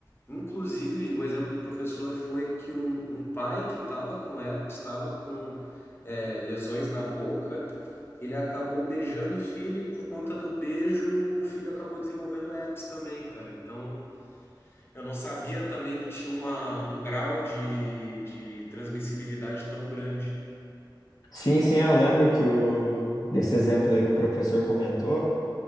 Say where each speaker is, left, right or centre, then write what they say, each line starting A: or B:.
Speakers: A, on the left (about 30°); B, on the left (about 55°).
A: Inclusive, o exemplo do professor foi que um, um pai que estava com herpes, estava com é, lesões na boca. Ele acabou beijando o filho e por conta do beijo o filho acabou desenvolvendo herpes também, cara. Então eu não sabia também que tinha uma, um grau de, de transmissibilidade tão grande.
B: Sim, sim, eu lembro que o desse exemplo aí que o professor comentou.